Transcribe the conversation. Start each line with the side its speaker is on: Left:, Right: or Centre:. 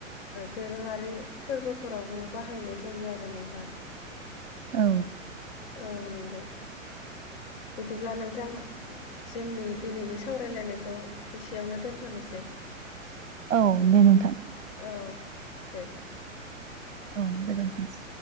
Left: दोरोङारि फोरबोफोरावबो बाहायनाय जायो आरो नोंथां।
Right: औ
Left: औ नंगौ बिदिब्ला नोंथां जोंनि दिनैनि सावरायलायनायखौ एसेयावनो दोनथ'नोसै।
Right: औ दे नोंथां।
Left: औ दे।
Right: औ गोजोनथोंसै।